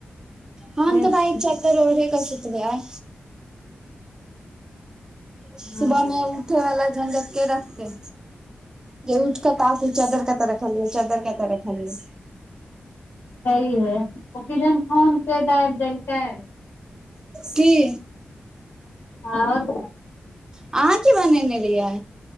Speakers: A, on the right (about 20°); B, on the left (about 85°).
A: हँ
B: नहि
A: तऽ बइ
B: छै
A: चदर ओरे क सुतबै आइ
B: हँ
A: सुबहमे उठेवला झञझट के रखते जे उठ क ताकऊ चादर क तर खा लिय चादर क तर र खा लियै
B: सही है ओ किजन फोन पे दाब देलकै
A: की
B: आओर
A: अहाँ की बनेने रहियै